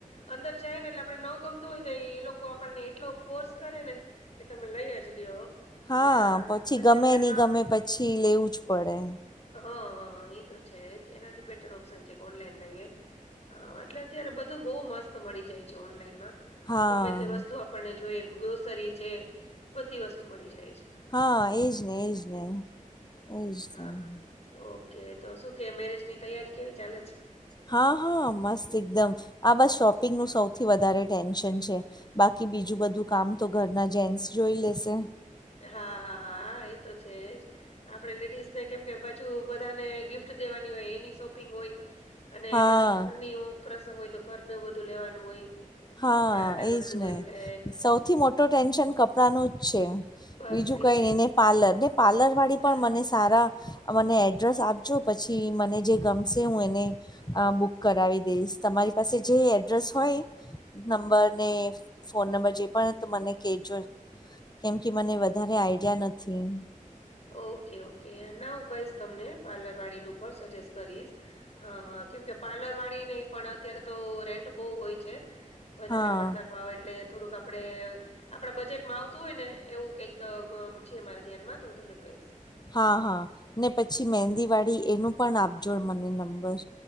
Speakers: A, on the left; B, on the left.
A: અંદર જાય ને એટલે આપડે ન ગમતું હોય તો એ એ લોકો આપણને એટલો ફોર્સ કરે ને. કે તમે લઈ જ જ લઓ
B: હા
A: એટલે પછી
B: ગમે
A: આપણે
B: નહીં
A: ન
B: ગમે પછી લેવું જ પડે
A: હા હા એ તો છે જ એનાથી બેટર ઓપ્શન છે કે ઓનલાઈન લઈએ હા એટલે અત્યારે બધું બહુ મસ્ત મળી જાય છે ઓનલાઈનમાં
B: હા
A: ગમે તે વસ્તુ આપણને જોઈ ગ્રોસરી છે બધી વસ્તુ મળી જાય છે
B: હા એજ ને એજ ને એજ
A: હાા
B: ને
A: ઓકે તો શું કે મેરેજની તૈયારી કેવી ચાલે છે
B: હા હા મસ્ત એકદમ આ બસ શોપિંગનું સૌથી વધારે ટેન્શન છે બાકી બીજું બધું કામ તો ઘરના જેન્ટસ જોઈ લેશે
A: હા હા હા એ તો છેજ આપડણે લેડીઝ ને કેમ કે પાછું બધાને ગિફ્ટ દેવાની હોય એની શોપિંગ હોય અને
B: હા
A: પછી ઘરની પ્રસંગ હોય તો ઘરનું બધું લેવાનું હોય
B: હા
A: કપડાં
B: એજ
A: બધું
B: ને
A: એટલે
B: સૌથી મોટ મોટ ટેન્શન કપડા ન જ છે
A: બસ
B: બીજું
A: એજ
B: કઈ ન
A: એજ
B: ને પ્લર ને પાર્લર વાળી પણ
A: હા
B: મને
A: હા.
B: સારા મને એડ્રેસ આપજો પછી મને જે ગમશે હું એને અ બુક કરાવી દઈશ તમારી પાસે જે એડ્રેસ હોય. નંબર ને ફોન નંબર જે પણ મને કજો કેમ કે મને વધારે આઈડિયા નથી
A: ઓકે ઓકે ના હું કહીશ તમને પાર્લર વાળીનું ઉપ સજેસ્ટ કરીશ હા હા કેમ કે પાર્લર વાળી નહી પણ અત્યારે તો રેન્ટ બહુ હોય છે વધારે
B: હા
A: પડતા ભાવ એટલે થોડુંક આપડણે આપણા બજેટમાં આવતું હોય ને એવું કઈક છે મારા ધ્યાનમાં તો હું તમને કહીશ
B: હા હા ને પછી મહેંદીવાળી એનું પણ આપજો મને નંબર